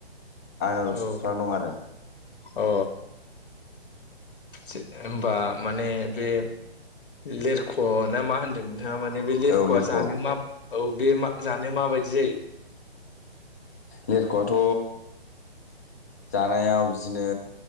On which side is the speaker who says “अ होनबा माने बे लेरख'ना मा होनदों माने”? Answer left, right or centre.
Left